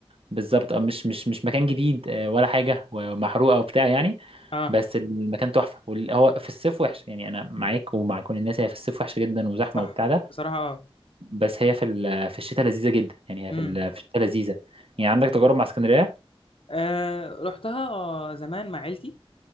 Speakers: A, on the right; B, on the left.
A: بالظبط اه مش مش مش مكان جديد آه، ولا حاجة ومحروقة وبتاع يعني
B: اه
A: بس المكان تحفة وال- هو في الصيف وحش يعني انا معاك ومع كل الناس هي في الصيف وحشة جدا وزحمة
B: صح
A: وبتاع ده
B: بصراحه اه
A: بس هي في ال- في الشتاء لذيذة جدا يعني هي
B: امم
A: في ال- في الشتاء لذيذة يعني عندك تجارب مع اسكندرية
B: آه رحتها آه، زمان مع عيلتي